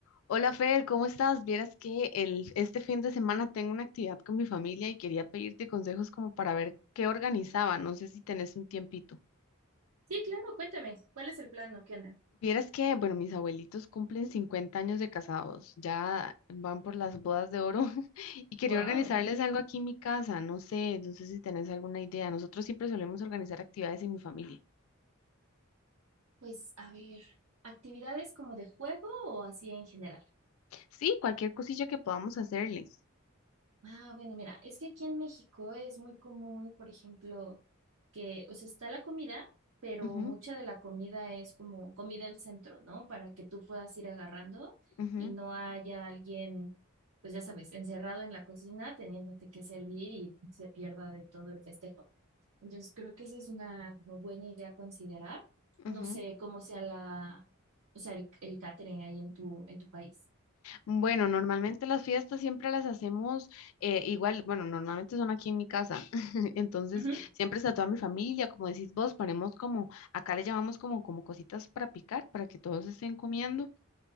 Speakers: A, on the left; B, on the right.
A: Hola Fer, ¿cómo estás? Vieras que el, este fin de semana tengo una actividad con mi familia y quería pedirte consejos como para ver qué organizaba. No sé si tenés un tiempito.
B: Sí, claro, cuéntame, ¿cuál es el plano? ¿Qué onda?
A: Vieras que, bueno, mis abuelitos cumplen 50 años de casados, ya van por las bodas de oro <laughs> y quería
B: Wow.
A: Wow. organizarles algo aquí en mi casa. No sé, no sé si tenés alguna idea. Nosotros siempre solemos organizar actividades en mi familia.
B: Pues a ver, actividades como de juego o así en general.
A: Sí, cualquier cosilla que podamos hacerles.
B: Ah, bueno, mira, es que aquí en México es muy común, por ejemplo, que, o sea, está la comida, pero
A: Ujú,
B: mucha de la comida es como comida al centro, ¿no? Para que tú puedas ir agarrando
A: ujú,
B: y no haya alguien, pues ya sabes, encerrado en la cocina teniéndote que servir y se pierda de todo el festejo. Entonces creo que esa es una como buena idea a considerar. No
A: ujú.
B: sé cómo sea la, o sea, el, el catering ahí en tu, en tu país.
A: Bueno, normalmente las fiestas siempre las hacemos eh, igual, bueno, normalmente son aquí en mi casa, <laughs> entonces
B: Ujú.
A: siempre está toda mi familia, como decís vos, ponemos como, acá le llamamos como, como cositas para picar, para que todos estén comiendo,